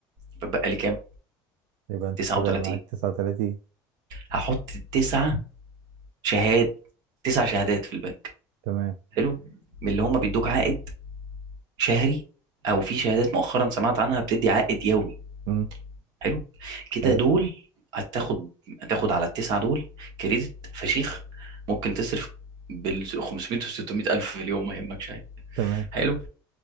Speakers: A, on the right; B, on the right.
A: بتبقى لي كام؟
B: يبقى انت
A: تسعة
B: كده
A: وتلاتين
B: معاك 39
A: هحط تسعة شهاد تسع شهادات في البنك
B: تمام
A: حلو من اللي هم بيدوك عائد شهري او في شهادات مؤخرا سمعت عنها بتدي عائد يومي
B: مم.
A: حلو كده
B: حلو
A: دول هتاخد هتاخد على التسعة دول كريدت فشيخ ممكن تصرف بال 500 و 600 الف في اليوم ما يهمكش عادي
B: تمام
A: حلو